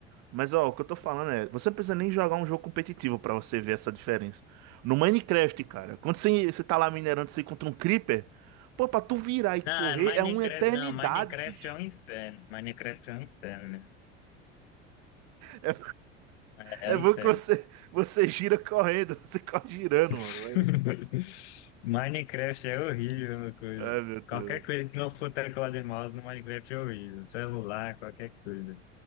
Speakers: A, on the right (about 50°); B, on the left (about 70°).
A: Mas ó, o que eu tô falando é, você não precisa nem jogar um jogo competitivo pra você ver essa diferença. No Minecraft, cara, quando você, você tá lá minerando, você encontra um creeper, pô, pra tu virar e correr
B: Não, é Minecraft,
A: é uma eternidade,
B: não, Minecraft
A: bicho.
B: é um inferno. Minecraft é um inferno, né?
A: É,
B: É,
A: é
B: é um
A: bom
B: inferno.
A: que você, você gira correndo, <laughs> você corre girando,
B: <laughs>
A: mano.
B: Minecraft é horrível uma coisa.
A: Ai, meu Deus.
B: Qualquer coisa que não for teclado e mouse no Minecraft é horrível. Celular, qualquer coisa.